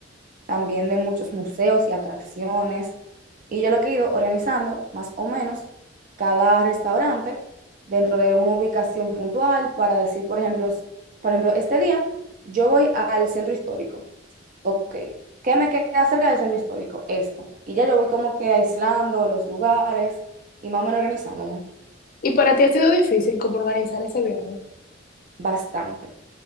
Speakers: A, on the right; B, on the left.
A: también de muchos museos y atracciones. Y yo lo que he ido organizando, más o menos, cada restaurante dentro de una ubicación puntual para decir, por ejemplo, s- por ejemplo, este día yo voy al centro histórico. ok, ¿qué me queda cerca del centro histórico? Esto. Y ya yo voy como que aislando los lugares y más o menos organizándome
B: ¿Y para ti ha sido difícil como organizar ese viaje?
A: bastante,